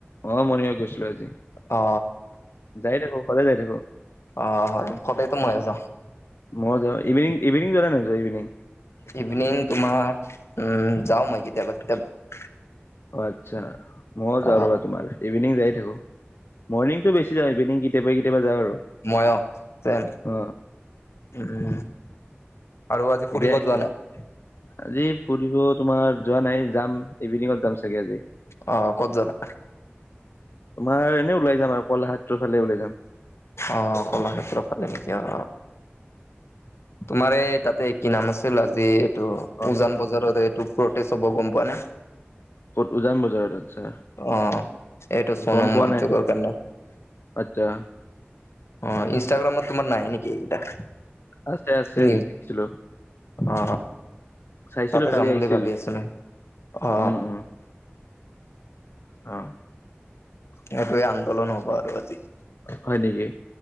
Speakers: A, on the left; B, on the left.
A: অ মৰণিং ৱাৰ্ক গৈছিলো আজি
B: অ
A: যাই থাকো সদায় যাই থাকো।
B: অ হয় খটেটো মই আছ
A: মই যা ইভিনিং ইভিনিং যোৱা নোয়োৱা ইভিনিং
B: ইভিনং তোমাৰ উম যাও মই কেতিয়াবা কেতিয়াবা
A: অ আচ্ছা মইও যাওঁ
B: অ'।
A: ৰ'বা তোমাৰ ইভিনিং যায় থাকো মৰ্নিংটো বেছি যাওঁ ইভিনং কেতিয়াবা কেতিয়াবা যাওঁ আৰু
B: অ তেন
A: অ
B: উম আৰু আজি
A: এতিয়া
B: ফুৰিব যোৱা নাই
A: আজি ফুৰিব তোমাৰ যোৱা নাই যাম ইভিনিঙত যাম চাগে আজি
B: অ ক'ত যাবা
A: তোমাৰ এনে ওলাই যাম আৰু কলাক্ষেত্ৰৰ ফালে ওলাই যাম
B: অ কলাক্ষেত্ৰ ফালে নেকি অ তোমাৰ এই তাতে কি নাম আছিল আজি টো
A: অ
B: উজান বজাৰত এইটো প্ৰটেচ হ'ব গম পোৱা নে
A: ক'ত উজান বজাৰত আচ্ছা
B: অ এইটো সুনম
A: গম পোৱা
B: মং
A: নাই
B: চু কাণ্ড
A: আচ্ছা
B: অ ইনষ্টাগ্ৰামত তোমাৰ নাহে নেকি এইকেইটা
A: আছে আছে
B: নি
A: দেখিছিলো
B: অ
A: চাইছিলো
B: তাতে
A: কালি
B: যাম
A: আহিছিল
B: বুলি ভাবি আছিলো অ
A: উম উম অ
B: সেইটোৱে আন্দোলন হ'ব আৰু আজি
A: হয় নেকি